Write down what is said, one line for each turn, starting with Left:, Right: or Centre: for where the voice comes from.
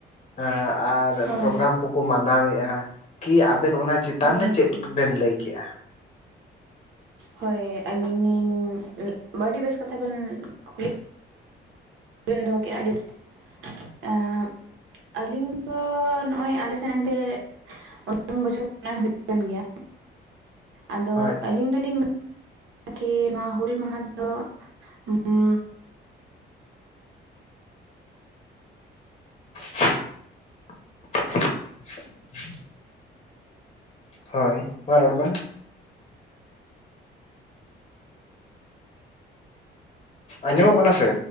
Left: ᱦᱮᱸ ᱟᱨ
Right: ᱦᱳᱭ
Left: ᱯᱨᱳᱜᱨᱟᱢ ᱠᱚ ᱠᱚ ᱢᱟᱱᱟᱣᱮᱜᱼᱟ, ᱠᱤ ᱟᱵᱮᱱ ᱚᱱᱟ ᱪᱮᱛᱟᱱ
Right: ᱦᱳᱭ
Left: ᱨᱮ ᱪᱮᱫ ᱵᱮᱱ ᱞᱟᱹᱭ ᱠᱮᱜᱼᱟ?
Right: ᱦᱳᱭ ᱟᱹᱞᱤᱧ ᱞᱤᱧ ᱟᱹ <unintelligible> ᱵᱮᱥ ᱠᱟᱛᱷᱟ ᱵᱮᱱ ᱠᱩᱠᱞᱤ᱾ ᱵᱤᱱ ᱫᱚᱦᱚ ᱠᱮᱜ-ᱟ, ᱟᱹᱰᱤᱢ ᱮᱸ ᱟᱹᱞᱤᱧ ᱫᱚ ᱱᱚᱜᱼᱚᱭ ᱟᱞᱮ ᱥᱮᱱ ᱮᱱᱛᱮᱜ ᱩᱱ ᱵᱚᱪᱷᱚᱨ ᱵᱚᱱᱱᱟ ᱦᱩᱭᱩᱜ ᱠᱟᱱ ᱜᱮᱭᱟ, ᱟᱫᱚ
Left: ᱦᱳᱭ
Right: ᱟᱹᱞᱤᱧ ᱫᱚᱞᱤᱧ ᱢᱮ ᱠᱤ ᱱᱚᱣᱟ ᱦᱩᱞ ᱢᱟᱦᱟ ᱫᱚ <unintelligible>
Left: <inaudible> ᱦᱳᱭ ᱢᱟ ᱨᱚᱲ ᱵᱮᱱ? ᱟᱸᱡᱚᱢᱚᱜ ᱠᱟᱱᱟ ᱥᱮ